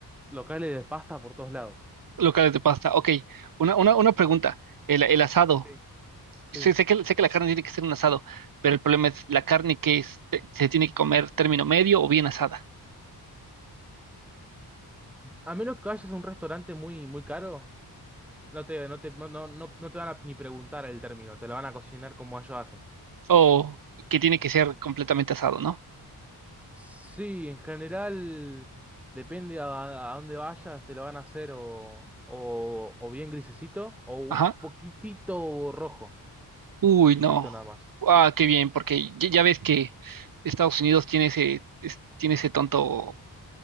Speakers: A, in the centre; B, on the right.
A: locales de pasta por todos lados.
B: Locales de pasta. Ok, una, una, una pregunta. El, el asado.
A: Sí. Sí.
B: Sé, sé que, sé que la carne tiene que ser un asado, pero el problema es, ¿la carne que es? ¿Se tiene que comer término medio o bien asada?
A: A menos que vayas a un restaurante muy, muy caro, no te, no te, no, no, no te van a ni preguntar el término, te lo van a cocinar como ellos hacen.
B: O que tiene que ser completamente asado, ¿no?
A: Sí, en general depende a, a dónde vayas, te lo van a hacer o, o, o bien grisecito o un
B: Ajá.
A: poquitito rojo,
B: Uy,
A: poquitito
B: no.
A: nada más.
B: Ah, qué bien, porque ya, ya ves que Estados Unidos tiene ese, es- tiene ese tonto,